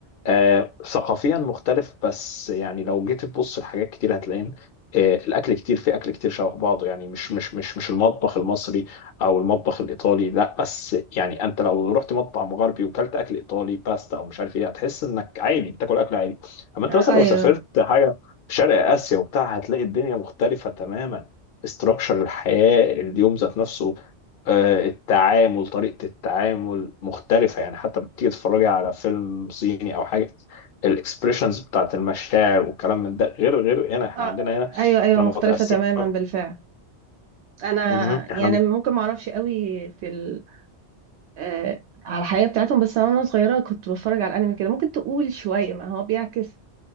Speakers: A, on the left (about 60°); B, on the right (about 75°).
A: آه، ثقافيا مختلف بس يعني لو جيت تبص لحاجات كتير هتلاقين آه، الاكل كتير في اكل كتير شبه بعضه يعني مش مش مش مش المطبخ المصري او المطبخ الايطالي لا بس يعني انت لو رحت مطعم غربي وكلت اكل ايطالي باستا او مش عارف ايه هتحس انك عادي بتاكل اكل عادي اما انت
B: آه،
A: مثلا
B: ايوه
A: لو سافرت حاجه في شرق آسيا وبتاع هتلاقي الدنيا مختلفة تماما استراكشر الحياة اليوم ذات نفسه آه، التعامل طريقة التعامل مختلفة يعني حتى بتيجي تتفرجي على فيلم صيني أو حاجة الاكسبريشنز بتاعت المشاعر والكلام من ده غير غير هنا احنا
B: آه،
A: عندنا هنا
B: ايوه ايوه
A: احنا
B: مختلفه
A: متأثرين
B: تماما
A: بقى.
B: بالفعل انا
A: مهم. احنا
B: يعني
A: م-
B: ممكن ما اعرفش قوي في ال... آه، على الحياه بتاعتهم بس انا وانا صغيره كنت بتفرج على الانمي كده ممكن تقول شويه ما هو بيعكس